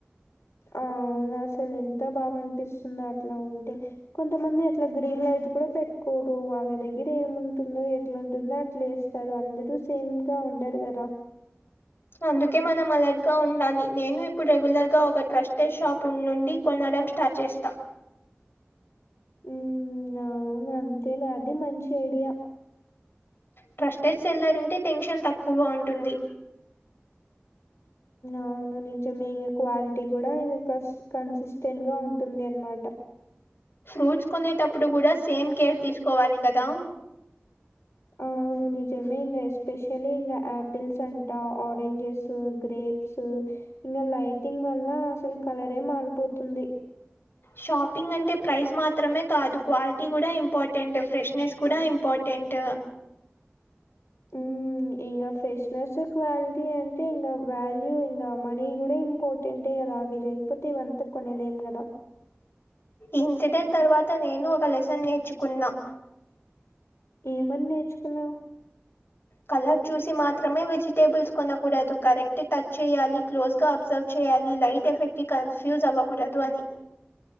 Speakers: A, on the left; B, on the left.
A: అవునా అసలు ఎంత బాగా అనిపిస్తుంది అట్లా ఉంటే కొంతమంది అట్లా గ్రీన్ యార్డ్ పెట్టుకోరు వాళ్ళ దగ్గర ఏముంటుందో ఎట్లాంటుందో అట్లా వస్తారు అందరు సేమ్ గా ఉండరు గదా
B: అందుకే మనం అలర్టుగా ఉండాలి నేను ఇప్పుడు రెగ్యులర్ గా ఒక ట్రస్టెడ్ షాప్ నుండి కొనడం స్టార్ట్ చేస్తా
A: ఉ అవును అంతేలి అది మంచి ఐడియా
B: ట్రస్టెడ్ సెల్లర్ అంటే టెన్షన్ తక్కువగా ఉంటుంది
A: అవును నిజం ఇం క్వాలిటీ కూడా ఇంస్ కన్సిస్టెంట్ గా ఉం టుంది అనమాట
B: ఫ్రూట్స్ కొనేటప్పుడు కూడా సేమ్ కేర్ తీసుకోవాలి కదా
A: అ అవును నిజమే ఇంకా ఎస్పెషలీ ఇకా ఆపిల్స్ అంటా ఆరెంజెస్ గ్రేప్స్ ఇంకా లైటింగ్ వల్ల అసలు కలరే మారిపోతుంది
B: షాపింగ్ అంటే ప్రైస్ మాత్రమే కాదు క్వాలిటీ కూడా ఇంపార్టెంట్ ఫ్రెష్నెస్ కూడా ఇంపార్టెట్
A: ఉ ఇంకా ఫ్రెష్నెస్ క్వాలిటీ అం తే ఇంకా వాల్యూ ఇంకా మనీ కూడా ఇంపార్టెంటే కదా అవి లేకపోతే ఇవంతా కొనేలేం కదా
B: ఇన్సిడెంట్ తర్వాత నేను ఒక లెసన్ నేర్చుకున్నా
A: ఏమని నేర్చుకున్నావ్
B: కలర్ చూసి మాత్రమే వెజిటేబుల్స్ కొనకూడదు కరెక్ట్ టచ్ చేయాలి క్లోజ్ గా సెర్చ్ చేయాలి లైట్ ఎఫెక్ట్ కన్ఫ్యూస్ అవ్వకూడాదు అని